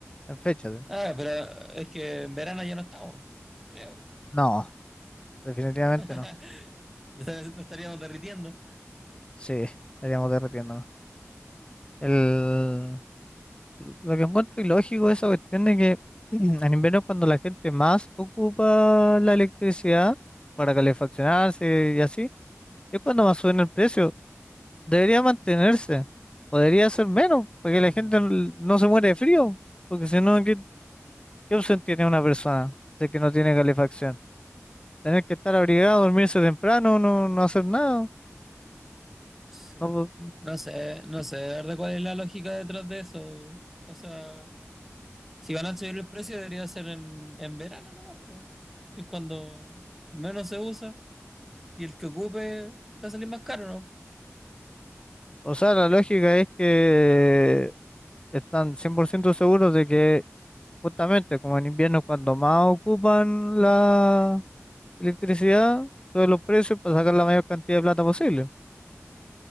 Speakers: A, on the left (about 20°); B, in the centre.
A: En fecha. de-
B: Ah, pero es que en verano ya no estamos, creo.
A: No, definitivamente
B: <laughs>
A: no.
B: Nos estaríamos derritiendo.
A: Sí, estaríamos derretiendo. El, lo que encuentro ilógico es esa cuestión de que <clears throat> en invierno es cuando la gente más ocupa la electricidad para calefaccionarse y así, es cuando más suben el precio. Debería mantenerse, podría ser menos, porque
B: Mm,
A: la gente n- no se muere de frío, porque si no, ¿qué, qué opción tiene una persona de que no tiene calefacción? Tener que estar abrigado, dormirse temprano, no, no hacer nada.
B: Sí.
A: No,
B: No sé, no sé, de verdad, cuál es la lógica detrás de eso. O sea, si van a subir el precio, debería ser en, en verano nomás, po, que es cuando menos se usa y el que ocupe va a salir más caro, ¿no?
A: o sea, la lógica es que están 100% seguros de que Justamente, como en invierno, cuando más ocupan la electricidad, suben los precios para sacar la mayor cantidad de plata posible.